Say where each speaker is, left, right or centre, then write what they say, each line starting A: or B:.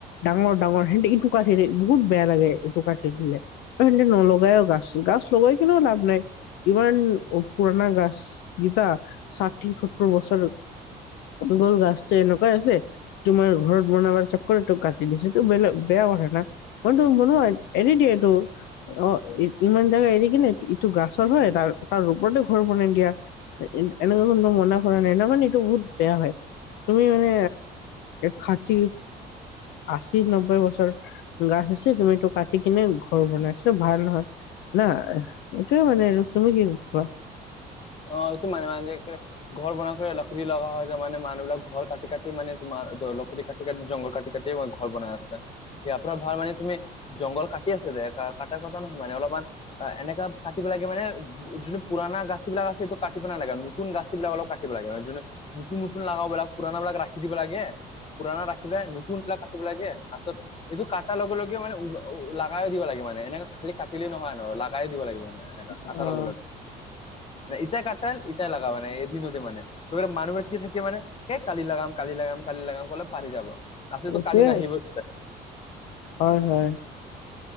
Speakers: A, on the left; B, on the left.
A: ডাঙৰ ডাঙৰ সেহতে এইটো কাটি বহুত বেয়া লাগে এইটো কাটি দিলে। সিহঁতে নলগাইও গাছ, গাছ লগাই কিনেও লাভ নাই ইমান পুৰণা গাছ গীতা ষাঠি সত্তৰ বছৰ। আপোনালোকৰ গাছটো এনেকুৱাই আছে। তোমাৰ ঘৰত বনাবা চকৰটো কাটি দিছেটো এইটো বেলে বেয়া কথা না। মইটো মন এনে দিয়ে এইটো। অ ইমান জেগা এৰি কিনে ইটো গাছৰ হয় তাৰ তাৰ ওপৰতে ঘৰ বনাই দিয়া এনেকুৱা ধৰণৰ মনা কৰা নাই ন মানে এইটো বহুত বেয়া হয়। তুমি মানে ষাঠি আশী নব্বৈ বছৰ গাছ আছে তুমি এইটো কাটি কিনে ঘৰ বনাই আছা ভাল নহয়। মানে এইটোয়ে মানে তুমি কোৱা।
B: অ এইটো মাজে মাজে একে ঘৰ বনাই লকুৰি লগা হয় ত মানে মানুহবিলাক ঘৰ কাটি কাটি মানে তোমাৰ লকুৰি কাটি কাটি জংঘল কাটি কাটি ঘৰ বনাই আছে ইয়াৰ পৰা ভাল মানে তুমি জংঘল কাটি ঠিকে আছে দে কা কটা নহয় মানে অলপমান এনেকা কাটিব লাগে মানে যোনটো পুৰণা গাছ যিবিলাক আছে এইটো কাটিব নালাগে নতুন গাছ বিলাক অলপ কাটিব লাগে যোনে নতুন নতুন লগাবিলাক পুৰণা বিলাক ৰাখি দিব লাগে পুৰণা ৰাখিলে নু নতুন বিলাক কাটিব লাগে তাৰপিছত এইটো কাটাৰ লগে লগে মানে উ ল লগাই দিব লাগে মানে এনে খালি কাটিলে নহয় আৰু লাগাই দিব লাগিব মানে এনেকা
A: অ
B: কাটা ল'ব লাগ মানে ইটাই কটাল ইটাই লাগা মানে এদিনতে মানে ত মানুহৰ কি থাকে মানে সেই কালি লাগাম কালি লাগাম কালি লাগাম ক'লে পাহৰি যাব তাৰপিছতটো
A: এইটোয়ে
B: কালি নাহিব তেতিয়া
A: হয় হয়